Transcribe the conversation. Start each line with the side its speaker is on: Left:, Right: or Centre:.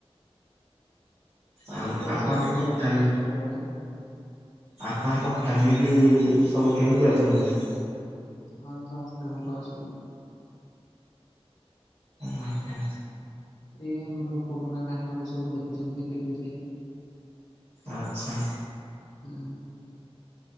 Right: ଆଉ
Left: ଏପଟେ
Right: ଆପଣଙ୍କ
Left: ସମସ୍ତେ
Right: ଫ୍ୟାମ୍
Left: ବ କଣ କହିଲେ?
Right: ଆପଣଙ୍କ ଫ୍ୟାମିଲି ସବୁ କେମିତି ଅଛନ୍ତି?
Left: ହଁ ସମସ୍ତେ ଭଲ ଅଛନ୍ତି।
Right: ଓହୋ
Left: ଏଇ ଆମର ପୁରୁଣା ନାଟକ ସବୁ ଦେଖୁଛନ୍ତି ଟିଭିରେ
Right: ଆଛା।
Left: ହଁ।